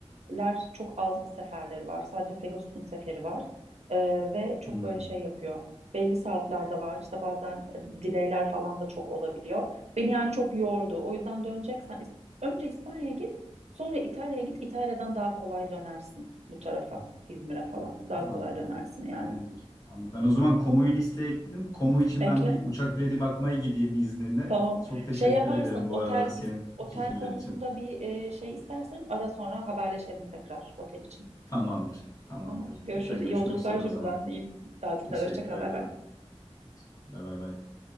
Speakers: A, on the right; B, on the left.
A: ler çok az seferleri var. Sadece Pegasus'un seferi var. E, ve çok
B: Hmm,
A: böyle şey yapıyor. Belli saatlerde var. İşte bazen delay'ler falan da çok olabiliyor. Beni yani çok yordu. O yüzden döneceksen is- önce İspanya'ya git, sonra İtalya'ya git. İtalya'dan daha kolay dönersin bu tarafa,
B: hmm.
A: İzmir'e falan.
B: Anladım,
A: Daha kolay
B: anladım.
A: dönersin yani.
B: Tamamdır. Tamamdır. Ben o zaman Komu'yu listeye ekledim. Komu için
A: Bekle.
B: ben bir uçak bileti bakmaya gideyim izninle.
A: Tamam.
B: Çok teşekkür
A: Şey yaparsın.
B: ederim bu
A: Otel
B: arada senin
A: is- otel
B: fikirlerin
A: konusunda
B: için.
A: bir e, şey istersen ara sonra haberleşelim tekrar otel için.
B: Tamamdır, tamamdır.
A: Tamam. Görüşürüz.
B: Tekrar görüşmek
A: İyi yolculuklar
B: üzere
A: şimdiden.
B: o zaman.
A: İyi tatiller.
B: Teşekkür
A: Hoşça kal.
B: ederim.
A: Bay bay.
B: Teşekkürler, bay bay.